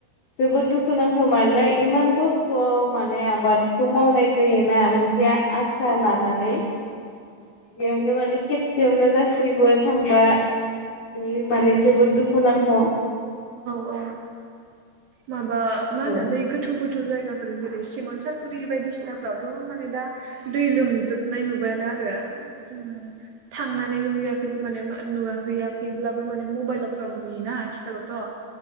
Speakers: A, on the left; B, on the right.
A: जोबोद दुखुनांथाव मानोना इमान खस्थ माने आबादखौ मावनाय जायोना मोनसे आसा लानानै बेयावनो माने खेबसेयावनो गासैबो थांबा बे माने जोबोद दुखुुनांथाव
B: अ माबा मा
A: औ
B: होनो बै गोथौ गोथौ जायगा जेरै सिमोनसापुरि बायदिसिनाफ्रावथ' माने दा दै लोमजोबनाय नुबायानो आरो जोंङो थांनानै नुहैयाखैबो माने नुवाहैयाखैब्लाबो माने मबाइलफ्राव नुयो दा आथिखालावथ'